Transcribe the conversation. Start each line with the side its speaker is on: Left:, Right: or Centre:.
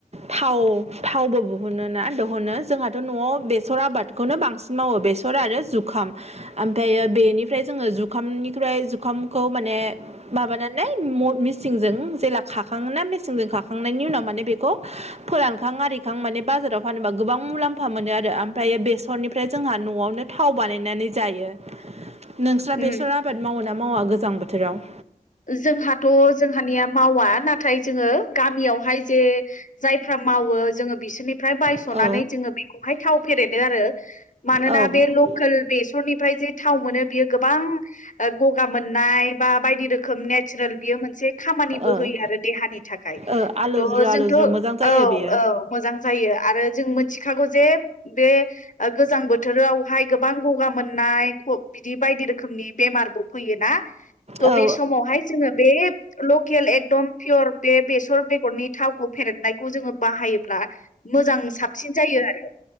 Right: थाव थावबो दिहुनो ना दिहुनो जोंहा। दाथ'आव बेसर आबादखौनो बांसिन मावो बेसर आरो जुखाम जायो बेनिफ्राय जोङो जुखामनिफ्रा जुखामखौ माने माबानालाय मिसिं। जों जेला खाखाङोना मिसिंजों खाखांनायनि उनाव माने बेखौ फोरानखां आरिखां माने बाजाराव फानोबा गोबां मुलाम्फा मोनो आरो ओमफ्रायो बेसरनिफ्राय जोंहा न'आवनो थाव बानायनानै जायो। नोंस्रा
Left: उम
Right: बेसर आबाद मावो ना मावा गोजां बोथोराव?
Left: जोंहाथ' जोंहानिया मावा नाथाय जोङो गामियावहाय जे जायफ्रा मावो जोङो बिसोरनि। निफ्राय बायस'नानै
Right: औ
Left: जोङो बेखौहाय थाव फेरेदो आरो मानोना
Right: औ ओ
Left: बे लकेल बेसरनिफ्राय। जे थाव मोनो बियो गोबां गगा मोननाय बा बायदि रोखोम नेचारेल। बेयो मोनसे खामानिबो
Right: ओ
Left: होयो आरो देहानि थाखाय
Right: ओ आलौज्रो
Left: थ जोंथ'
Right: आलौज्रो मोजां जायो
Left: औ
Right: बेयो
Left: औ। मोजां जायो आरो जों मिथिखागौ। जे बे गोजां बोथोरावहाय गोबां गगा मोननाय बिदि बायदि रोखोम। नि बेमारबो फैयोना थ'
Right: औ
Left: बे समावहाय जोङो बे। लकेल एकदम पियर बे बेसर बेगरनि थावखौ फेरेदनायखौ जोङो बाहायोब्ला। मोजां साबसिन जायो आरो।